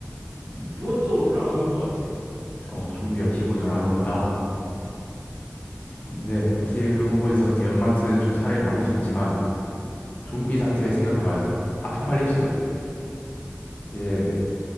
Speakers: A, on the left; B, on the right.
A: 음,
B: 기본적으로 별로 안 올 것 같아요.
A: 어, 좀비가 기본적으로 안 온다.
B: 네,
A: 근데 확실히 그 부분에선 대형마트는 좀 사례 많을 수 있지만 좀비 사태 생각해봐요. 아포칼립스죠. 이제